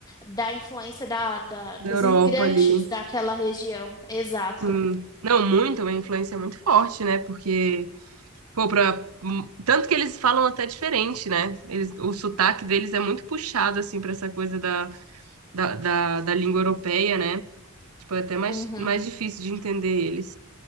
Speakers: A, on the left (about 20°); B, on the right (about 85°).
A: da influência da, da- dos
B: da Europa
A: imigrantes
B: ali.
A: daquela região. Exato.
B: Sim. Não, muito, uma influência muito forte, né? Porque, pô, pra... hum, tanto que eles falam até diferente, né? Eles... O sotaque deles é muito puxado, assim, pra essa coisa da, da, da, da língua europeia, né? Tipo, é até mais,
A: Uhum.
B: mais difícil de entender eles.